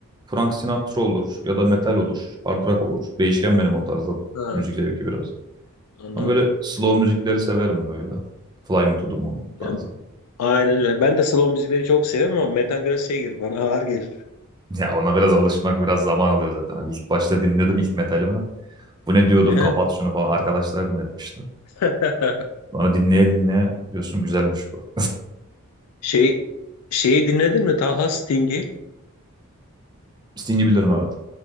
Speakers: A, on the right; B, on the left.
A: Frank Sinatra olur ya da metal olur, hard rock olur. Değişken benim o tarzda
B: Ha,
A: müzik zevki biraz.
B: anladım.
A: Ama böyle slow müzikleri severim böyle. Fly Me to the Moon
B: Ya,
A: tarzı. <laughs>
B: aynen öyle. Ben de slow müzikleri çok seviyorum ama metal biraz şey gelir bana ağır gelir.
A: Ya ona biraz alışmak biraz zaman alıyor zaten. Hani ilk başta dinledim ilk metalimi. Bu ne diyordum
B: Ne?
A: kapat şunu falan arkadaşlar dinletmişti.
B: <laughs>
A: Sonra dinleye dinleye diyorsun güzelmiş bu.
B: Şey şeyi dinledin mi? Talha Sting'i.
A: <laughs> Sting'i bilirim evet.